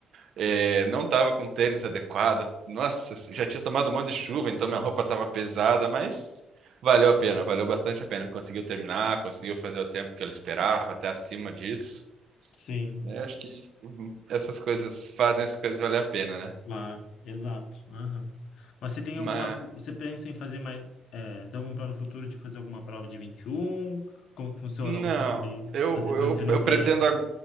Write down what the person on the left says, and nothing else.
sim.
lá, exato. aham. Mas você tem
alguma. Você pensa em fazer mais. é, tem algum plano futuro de fazer alguma prova de 21? Como que funciona?
Ou Você vai
fazer- mantendo
os 10?